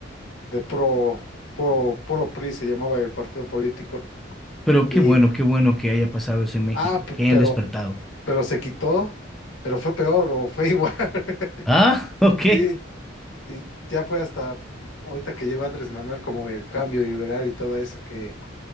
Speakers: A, on the left; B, in the centre.
A: de pro, pro, pro PRI, se llamaba el partido político.
B: Pero
A: Y,
B: qué bueno, qué bueno que haya pasado eso en México,
A: ah, p-
B: que hayan
A: pero,
B: despertado.
A: pero se quitó, pero fue peor o fue igual. <laughs>
B: Ah, <laughs> ok.
A: Sí, y ya fue hasta ahorita que llegó Andrés Manuel como el cambio liberal y todo eso que